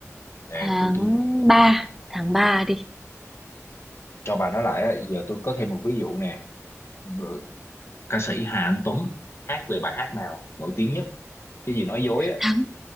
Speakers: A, on the left; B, in the centre.
A: để
B: tháng
A: tôi tôi
B: ba tháng ba đi.
A: cho bà nói lại á. giờ tôi có thêm một ví dụ nè Rồi, ca sĩ Hà Anh Tuấn hát về bài hát nào nổi tiếng nhất cái gì nói dối á
B: Tháng